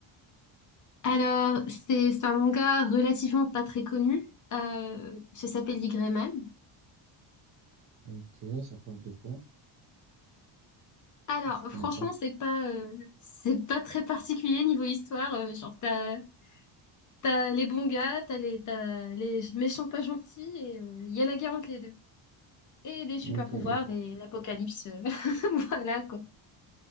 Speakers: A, on the left (about 40°); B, on the right (about 35°).
A: Alors c'est c'est un manga relativement pas très connu. Euh, ça s'appelle Y Man.
B: Ok, ça parle de quoi?
A: Alors,
B: Je connais
A: franchement,
B: pas.
A: c'est pas, euh, c'est pas très particulier niveau histoire. euh, genre, t'as, T'as les bons gars, t'as les, t'as les méchants pas gentils, et il y a la guerre entre les deux. Et des super
B: Ok,
A: pouvoirs
B: et, pour...
A: et l'apocalypse. euh, <laughs> Voilà, quoi.